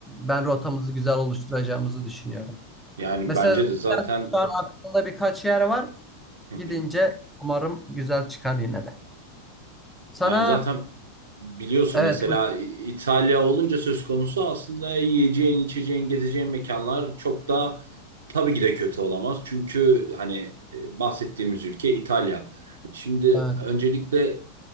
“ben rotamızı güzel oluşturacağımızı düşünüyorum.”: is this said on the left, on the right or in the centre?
Centre